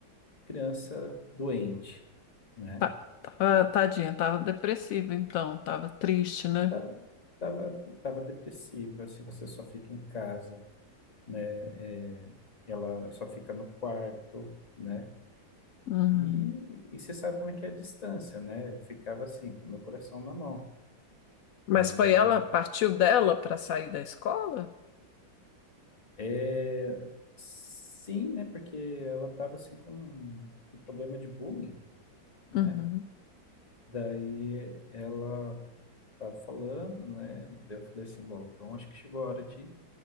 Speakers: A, on the left (about 25°); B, on the left (about 80°).
A: criança doente, né?
B: Tá, tá, tadinha, tava depressiva, então, tava triste, né?
A: Tava, tava, tava depressiva, se você só fica em casa, né? É, ela só fica no quarto, né?
B: Uhum.
A: E, e você sabe como é que é a distância, né? Eu ficava assim, com meu coração na mão,
B: Mas
A: né?
B: foi
A: Eu não...
B: ela, partiu dela para sair da escola?
A: É, sim, né? Porque ela tava assim com um um problema de bullying, né?
B: Uhum.
A: Daí ela estava falando, né? Daí eu falei assim, bom, então acho que chegou a hora de